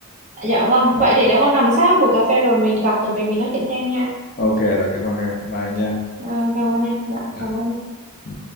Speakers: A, on the right; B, on the left.
A: dạ vâng,
B: Rồi.
A: vậy thì để hôm nào sau buổi cà phê rồi mình gặp rồi mình mình nói chuyện thêm nha. anh.
B: Ok rồi, cảm ơn em. Bye nha.
A: À, cảm ơn em. Dạ,
B: Dạ.
A: cảm ơn em.
B: Ừ.